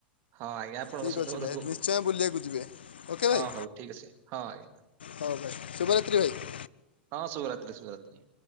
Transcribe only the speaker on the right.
ହଁ ଆଜ୍ଞା ଆପଣଙ୍କ
ସହିତ
କଥା
କ
ହଁ
ହଉ ଠିକ୍ ଅଛି ହଁ ଆଜ୍ଞା
ହଁ ଶୁଭରାତ୍ରି ଶୁଭରାତ୍ରି।